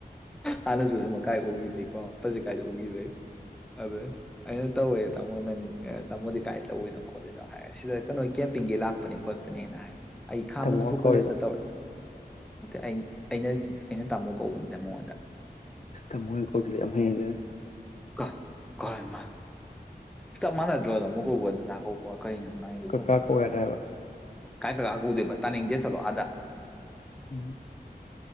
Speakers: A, in the centre; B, on the left.
A: ꯍꯥꯟꯅꯁꯨ ꯁꯨꯝ ꯀꯥꯏ ꯎꯈꯤꯕꯩꯀꯣ ꯐꯖꯤ ꯀꯥꯏꯗꯣ ꯎꯈꯤꯕꯩ ꯑꯗ ꯑꯩꯅ ꯇꯧꯋꯦ ꯇꯥꯃꯣ ꯅꯪ ꯇꯥꯃꯣꯗꯤ ꯀꯥꯏꯗ ꯇꯧꯋꯤꯅꯣ ꯈꯣꯠꯂꯤꯏꯅꯣ ꯍꯥꯏ ꯁꯤꯗ ꯀꯩꯅꯣ ꯀꯦꯝꯄꯤꯡꯒꯤ ꯂꯥꯛꯄꯅꯦ ꯈꯣꯠꯄꯅꯦꯅ ꯍꯥꯏ ꯑꯩ ꯈꯥ
B: ꯇꯥꯃꯣꯒ
A: ꯃꯅꯤꯄꯨꯔ
B: ꯀꯧꯔꯤꯕ
A: ꯀꯣꯂꯦꯖ ꯆ ꯇꯧꯔꯛ ꯑꯦ ꯑ ꯑꯩꯅ ꯑꯩꯅ ꯇꯥꯃꯣ ꯀꯧꯕꯅꯤꯅ ꯃꯉꯣꯟꯗ
B: ꯏꯁ ꯇꯃꯣ ꯀꯣꯆꯤꯜ ꯂꯦ ꯌꯥꯝ ꯍꯩꯅ ꯗꯦꯗꯥ
A: ꯀ ꯀꯔꯣꯏꯅ ꯆꯞ ꯃꯥꯟ ꯅꯥꯗꯔꯣ ꯇꯥꯃꯣ ꯀꯧꯕꯒꯥ ꯗꯥꯗ ꯀꯧꯕꯒ ꯀꯩ ꯅꯪꯅ ꯉꯥꯡ ꯏꯗꯨꯕꯨ
B: ꯀꯀꯥ ꯀꯧ ꯌꯥꯗ꯭ꯔꯥ ꯍꯥꯏꯕ
A: ꯀꯥꯏ ꯗꯥꯗꯥ ꯀꯧꯗꯣꯏꯕ ꯇꯥꯅꯤꯡ ꯗꯦ ꯆꯠꯂꯣ ꯑꯗ
B: ꯎꯝ